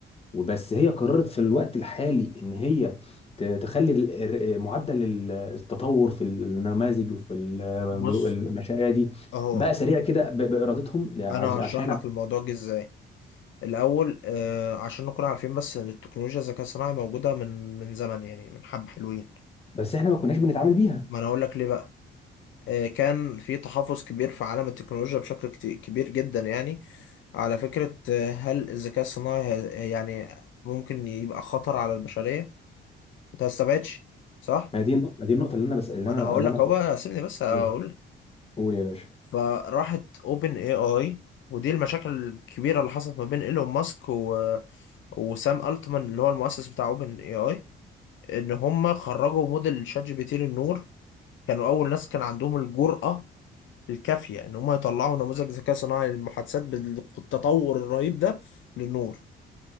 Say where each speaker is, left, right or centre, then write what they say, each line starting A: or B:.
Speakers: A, on the left; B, on the left.
A: وبس هي قررت في الوقت الحالي ان هي ت- تخلي ال- ال- معدل ال- التطور في النماذج وفي ال-
B: بص
A: المشاريع دي
B: اهو
A: بقى سريع كده ب- بارادتهم عايز-
B: انا
A: عشان
B: هشرح لك الموضوع جه ازاي الاول آه عشان نكون عارفين بس ان التكنولوجيا الذكاء الصناعي موجوده من من زمن يعني من حبه حلوين
A: بس احنا ما كناش بنتعامل بيها
B: ما انا اقول لك ليه بقى آه كان في تحفظ كبير في عالم التكنولوجيا بشكل كت- كبير جدا يعني على فكره آه هل الذكاء الصناعي هي- يعني ممكن يبقى خطر على البشريه انت ما استبعدش صح
A: ما دي النق- ما دي النقطة اللي أنا بس اللي
B: ما
A: أنا
B: انا هقول
A: اللي
B: لك
A: أنا
B: اهو بقى سيبني بس اقول
A: قول قول يا باشا
B: فراحت اوبن اي اي ودي المشاكل الكبيره اللي حصلت ما بين ايلون ماسك و... وسام التمان اللي هو المؤسس بتاع اوبن اي اي ان هم خرجوا موديل شات جي بي تي للنور كانوا اول ناس كان عندهم الجرأة الكافية ان هم يطلعوا نموذج ذكاء صناعي للمحادثات بالتطور الرهيب ده للنور